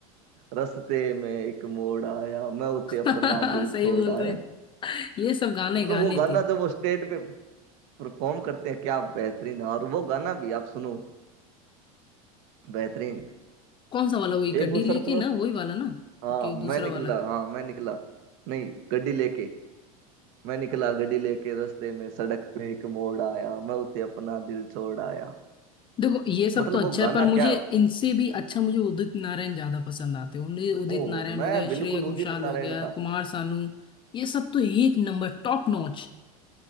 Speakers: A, on the right; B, on the left.
A: रस्ते में एक मोड़ आया मैं उते
B: <laughs>
A: अपना दिल
B: सही
A: छोड़
B: बोल
A: आया
B: रहे ये सब गाने
A: मतलब
B: गाने
A: वो गाना
B: थे
A: जब वो स्टेज पे परफॉर्म करते हैं क्या बेहतरीन और वो गाना भी आप सुनो बेहतरीन
B: कौन सा वाला वही गड्डी
A: एक वो सरफरोश
B: लेके ना वही वाला ना
A: हाँ
B: ओके
A: मैं
B: दूसरा
A: निकला
B: वाला
A: हाँ मैं निकला नहीं गड्डी लेके मैं निकला गड्डी लेके रास्ते में सड़क पे एक मोड़ आया मैं उते अपना दिल छोड़ आया
B: देखो ये सब
A: मतलब
B: तो अच्छा
A: वो गाना
B: है पर मुझे
A: क्या
B: इनसे भी अच्छा मुझे उदित नारायण ज्यादा पसंद आते हैं उन्हें उदित
A: ओहो
B: नारायण
A: मैं
B: हो गए
A: बिल्कुल
B: श्रेया घोषाल
A: उदित
B: हो
A: नारायण
B: गया
A: का
B: कुमार सानू ये सब तो एक number top notch